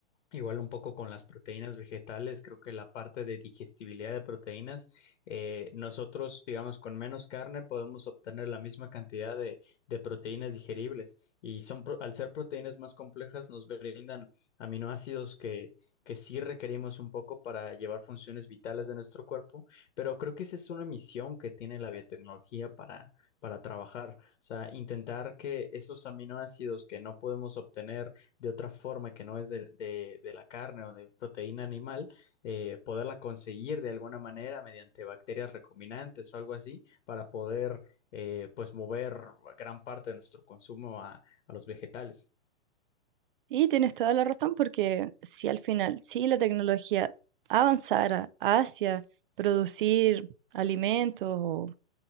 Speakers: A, on the left (about 65°); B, on the right (about 45°).
A: Igual un poco con las proteínas vegetales, creo que la parte de digestibilidad de proteínas, eh, nosotros, digamos, con menos carne podemos obtener la misma cantidad de, de proteínas digeribles y son, pro- al ser proteínas más complejas nos brindan aminoácidos que, que sí requerimos un poco para llevar funciones vitales de nuestro cuerpo, pero creo que esa es una misión que tiene la biotecnología para, para trabajar, o sea, intentar que esos aminoácidos que no podemos obtener de otra forma que no es de, de, de la carne o de proteína animal, eh, poderla conseguir de alguna manera mediante bacterias recombinantes o algo así para poder eh, pues mover gran parte de nuestro consumo a, a los vegetales.
B: Y tienes toda la razón porque si al final, si la tecnología avanzara hacia producir alimentos o,